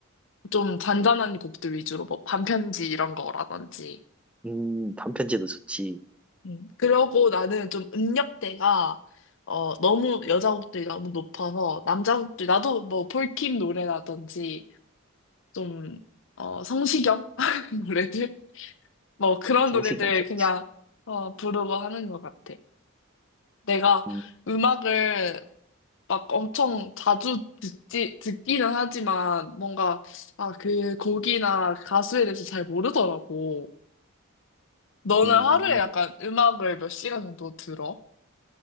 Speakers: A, on the left; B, in the centre.
A: 좀 잔잔한 곡들 위주로, 뭐, 반편지 이런 거라든지.
B: 음, 단편지도 좋지.
A: 음. 그러고 나는 좀 음역대가, 어, 너무 여자 곡들이 너무 높아서, 남자 곡들, 나도 뭐, 폴킴 노래라든지, 좀, 어, 성시경 <laughs> 노래들? 뭐, 그런
B: 성시경
A: 노래들
B: 좋지.
A: 그냥, 어, 부르고 하는 것 같아. 내가
B: 음,
A: 음악을 막 엄청 자주 듣지, 듣기는 하지만 뭔가, 아, 그 곡이나 가수에 대해서 잘 모르더라고. 너는
B: 음.
A: 하루에 약간 음악을 몇 시간 정도 들어?